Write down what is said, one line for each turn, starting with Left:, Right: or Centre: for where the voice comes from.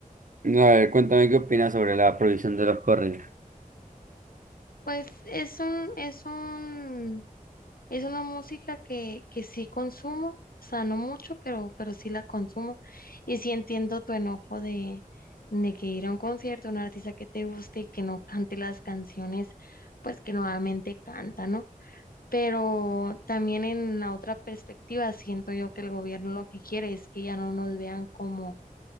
Right: A ver, cuéntame qué opinas sobre la prohibición de los corridos.
Left: Pues es un, es un, es una música que, que sí consumo, o sea, no mucho, pero, pero sí la consumo. Y sí entiendo tu enojo de, de que ir a un concierto, un artista que te guste y que no cante las canciones, pues que nuevamente canta, ¿no? pero también en la otra perspectiva siento yo que el gobierno lo que quiere es que ya no nos vean como,